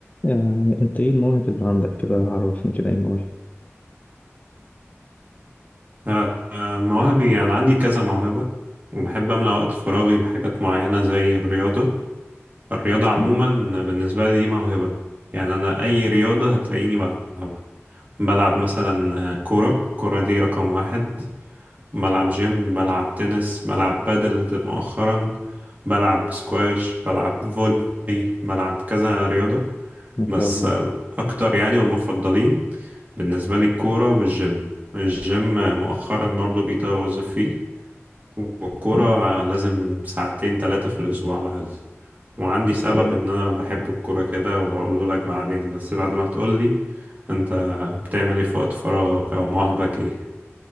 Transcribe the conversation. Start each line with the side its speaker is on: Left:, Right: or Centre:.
Left: آه، انت ايه المواهب اللي عندك كده عرفني كده ايه المواهب
Right: آه، آه، مواهبي أنا عندي كذا موهبة وبحب أملأ وقت فراغي بحاجات معينة زي الرياضة الرياضة عموما
Left: مم،
Right: بالنسبة لي دي موهبة يعني أنا أي رياضة هتلاقيني بلعبها بلعب مثلا آه، كورة الكورة دي رقم واحد بلعب جيم بلعب تنس بلعب بادل مؤخرا بلعب سكواش بلعب فولي بلعب كذا رياضة
Left: ما
Right: بس
Left: شاء الله
Right: الأكتر يعني والمفضلين بالنسبة لي الكورة والجيم الجيم مؤخرا برضه بقيت أوظف فيه والكورة
Left: مم،
Right: لازم ساعتين تلاتة في الأسبوع على الأقل وعندي سبب
Left: كويس
Right: إن أنا بحب الكورة كده وهقوله لك بعدين بس بعد ما تقولي أنت بتعمل إيه في وقت فراغك أو مواهبك إيه؟